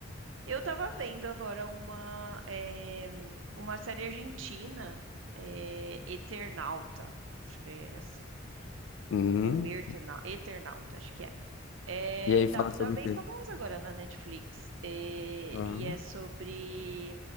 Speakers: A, on the right; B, on the left.
A: Eu tava vendo agora uma, é, uma série argentina, é, Eternauta. Acho que é assim.
B: Hum.
A: Ou Eternauta, Eternauta, acho que é. É,
B: E aí fala
A: tá,
B: sobre
A: tá bem
B: o quê?
A: famosa agora na Netflix. É,
B: Ah.
A: e é sobre